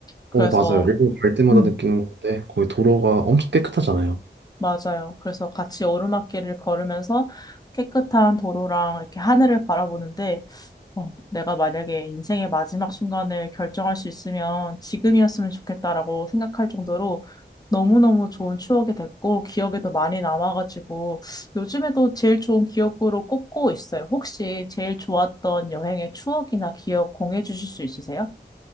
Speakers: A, on the left (about 20°); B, on the right (about 75°).
A: 그래서
B: 어, 맞아요. 일본 갈 때마다
A: 음.
B: 느끼는 건데, 거기 도로가 엄청 깨끗하잖아요.
A: 맞아요. 그래서 같이 오르막길을 걸으면서 깨끗한 도로랑 이렇게 하늘을 바라보는데, 어, 내가 만약에 인생의 마지막 순간을 결정할 수 있으면 지금이었으면 좋겠다라고 생각할 정도로 너무너무 좋은 추억이 됐고, 기억에도 많이 남아가지고, 요즘에도 제일 좋은 기억으로 꼽고 있어요. 혹시 제일 좋았던 여행의 추억이나 기억 공유해 주실 수 있으세요?